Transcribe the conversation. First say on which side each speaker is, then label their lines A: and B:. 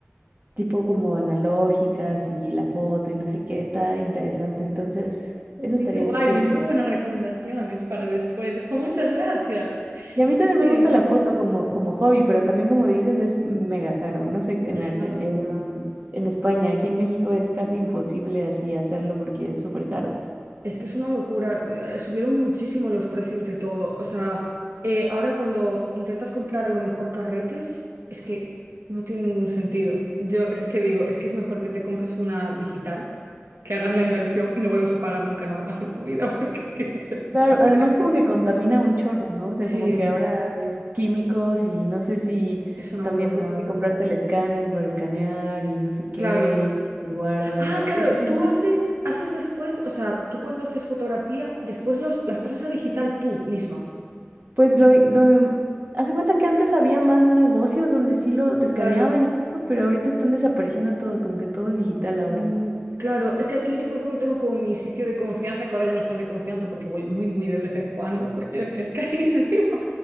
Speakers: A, on the right; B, on the right.
A: tipo como analógicas y la foto y no sé qué, está interesante. Entonces, eso estaría
B: Qué guay,
A: chido
B: me llevo buenas recomendaciones para después. Jo, muchas gracias.
A: Y a mí también me
B: Eh,
A: gusta la foto como, como hobby, pero también como dices es mega caro. No sé, en
B: es
A: Argen-
B: una locura.
A: en, en España, aquí en México es casi imposible así hacerlo porque es súper caro.
B: Es que es una locura. Eh, Subieron muchísimo los precios de todo. O sea, eh, ahora cuando intentas comprar a lo mejor carretes, es que no tiene ningún sentido. Yo es que digo, es que es mejor que te compres una digital, que hagas la inversión y no vuelvas a pagar nunca nada más en tu vida, <laughs> porque es que no se puede.
A: Claro, además como que contamina un chorro, ¿no? O sea,
B: Sí,
A: como que ahora es químicos y no sé si
B: es una
A: también
B: barbaridad.
A: tienes que comprarte el escáner para escanear y no sé qué,
B: Claro.
A: y los guardas.
B: Ah,
A: Es,
B: claro,
A: es como,
B: tú haces, haces después, o sea, tú cuando haces fotografía, después los, las pasas a digital tú misma.
A: pues lo, lo, hace cuenta que antes había más negocios donde sí lo te escaneaban
B: Claro,
A: y todo, pero ahorita están desapareciendo todos, como que todo es digital ahora.
B: Mm, claro, es que aquí yo, por ejemplo, tengo como mi sitio de confianza, que ahora ya no están de confianza porque voy muy, muy de vez en cuando, porque es que es <laughs> carísimo.